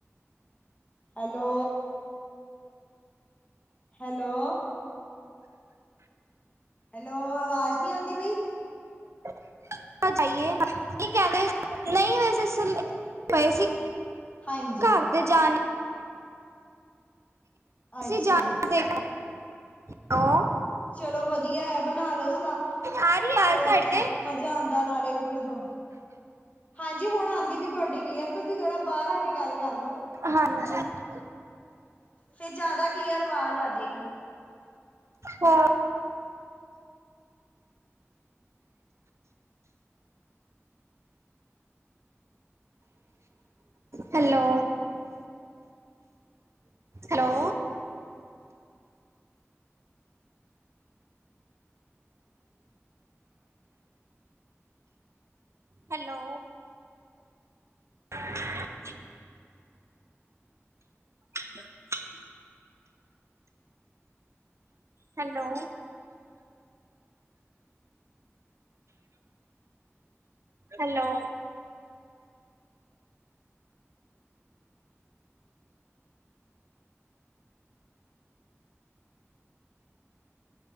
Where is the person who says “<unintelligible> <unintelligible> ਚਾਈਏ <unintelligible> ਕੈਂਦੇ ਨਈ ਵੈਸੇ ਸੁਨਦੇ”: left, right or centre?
Right